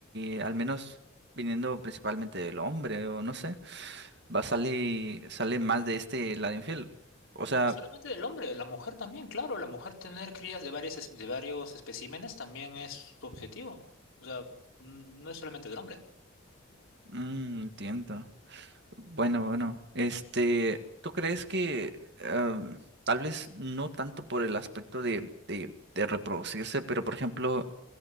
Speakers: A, on the right; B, on the left.
A: de al menos viniendo principalmente del hombre, o no sé, va, sale, sale más de este lado infiel. O
B: No
A: sea,
B: solamente del hombre, la mujer también, claro, la mujer tener crías de varias, es- de varios especímenes también es su objetivo. O sea, mm, no es solamente del hombre.
A: mm, entiendo. Bueno, bueno, este, ¿tú crees que ah, tal vez no tanto por el aspecto de, de, de reproducirse, pero por ejemplo,